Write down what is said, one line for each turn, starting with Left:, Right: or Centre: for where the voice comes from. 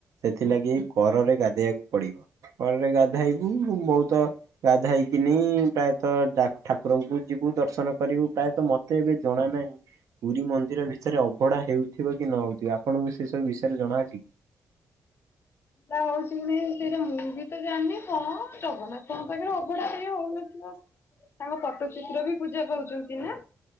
Right: ସେଥିଲାଗି କରରେ ଗାଧେଇବା କୁ ପଡ଼ିବ। କଳରେ ଗାଧୋଇବୁ ବହୁତ ଗାଧା ହେଇକିନି ପ୍ରାୟତଃ ଠାକୁରଙ୍କୁ ଯିବୁ ଦର୍ଶନ କରିବୁ ପ୍ରାୟତଃ ମତେ ଏବେ ଜଣା ନାହିଁ। ପୁରୀ ମନ୍ଦିର ଭିତରେ ଅବଢ଼ା ହେଉଥିବ କି ନ ହଉଥିବ। ଆପଣଙ୍କୁ ସେ ସବୁ ବିଷୟରେ ଜଣାଅଛି କି?
Left: ଅବଢ଼ା ହଉଛି କି ନାଇଁ ସେଇଟା ମୁଁ ବି ତ ଜାଣିନି। ହଁ ଜଗନ୍ନାଥଙ୍କ ପାଖରେ ଅବଢା ସେଇ ହଉନ ତାଙ୍କ ପଟଚିତ୍ର ବି ପୂଜା ପାଉଛନ୍ତି ନା